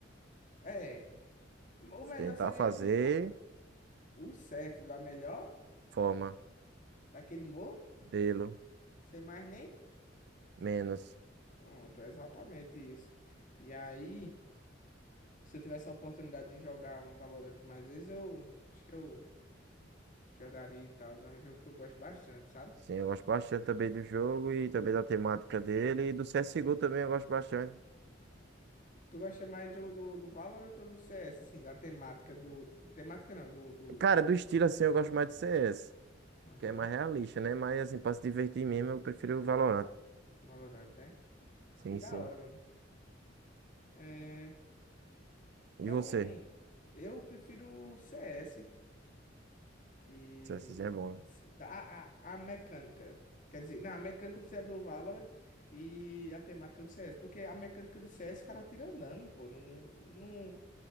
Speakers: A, on the left (about 45°); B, on the right (about 60°).
A: É. é, O melhor
B: tentar
A: seria
B: fazer
A: evitar o certo da melhor,
B: forma,
A: daquele morro,
B: dele
A: sem mais nem.
B: menos.
A: Pronto, é exatamente isso. E aí, se eu tivesse a oportunidade de jogar um Valorant mais vezes, eu acho que eu jogaria e tal. É um jogo que eu gosto bastante, sabe?
B: Sim, eu gosto bastante também do jogo e também da temática dele. E do CSGO também eu gosto bastante.
A: Tu gosta mais do, do, do Valorant ou do CS, assim, da temática do. Temática não, do. do...
B: Cara, do estilo assim, eu gosto mais de CS,
A: Aham,
B: que é mais realista, né? Mas assim, pra se divertir mesmo, eu prefiro o Valorant.
A: Valorant, né?
B: Sim,
A: Que da
B: sim.
A: hora, mano. É,
B: E
A: Então,
B: você?
A: eu prefiro o CS. que
B: CSzinho é bom, né?
A: a, a, a mecânica, quer dizer, não, a mecânica precisa do Valorant e a temática do CS, porque a mecânica do CS o cara tira andando, pô, não, não,